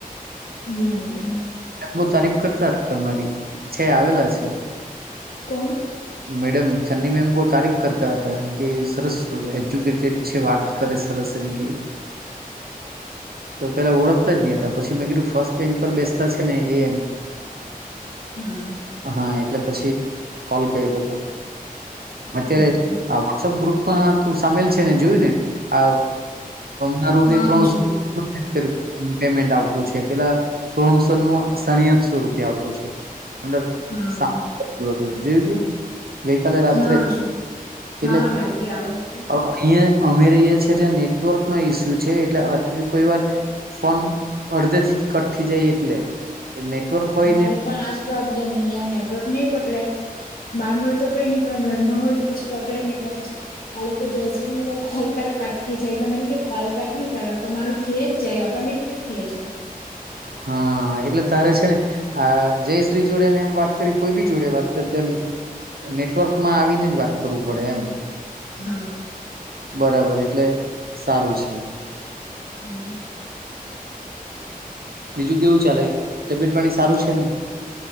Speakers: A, on the left (about 70°); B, on the right (about 85°).
A: હમ્મ.
B: બહુ તારીફ કરતા હતા તમારી છે આવેલા છે.
A: કોણ
B: મેડમ ચાંદની મેમ બો તારીફ કરતા હતા એમ કે સરસ એજ્યુકેટેડ છે. વાત કરે સરસ એમ કે તો પેલા ઓળખતા જ ની હતા પછી મેં કીધું ફર્સ્ટ બેન્ચ પર બેસતા છે ને એ
A: હા
B: હા એટલે પછી કોલ કર્યો હતો. અત્યારે
A: હા
B: વોટ્સઅપ ગ્રુપમાં તું સામેલ છે ને જોયું ને. હ મારું
A: હા
B: તે ત્રણસો
A: જો
B: સીતેર પેમેન્ટ આવતું છે. પેલા સોહમ સરનું સાડી આઠશો રૂપિયા આવતું છે. અંદર <unintelligible>
A: હા
B: હતું જોયું કે ગઈકાલે રાત્રે
A: હા જો
B: એટલે
A: હા રાત્રે આવેલું હતું
B: અહિયે અમે રિએ છીએ ત્યા નેટવર્ક નો ઈસ્યુ છે. એટલે અ કોઈ વાર ફોન અડધે થી જ કટ થે જાય એટલે. નેટવર્ક હોય
A: મારે
B: ને
A: પણ આજ પ્રોબ્લેમ અહીંયા. નેટવર્ક નઈ પકડે બહાર હોય તો કઈ નહી પણ ઘરમાં હોય તો પછી પકડે નહી એટલે પછી આ લોકો જય શ્રી ને એ લોકો કોલ કર કટથી જાય તો મને કે કોલ કટ નહી કરવાનું પણ મારું થઈ જાય ઓટોમેટિક થે જાય
B: હા એટલે તારે છે ને આ જયશ્રી જોડે ને એમ વાત કરી કોઈ બી જોડે વાત કરી નેટવર્કમાં આવીને જ વાત કરવું પડે, એમ
A: હા
B: બરાબર એટલે સારું છે.
A: હું.
B: બીજું કેવું ચાલે તબિયત પાણી સારું છે, ને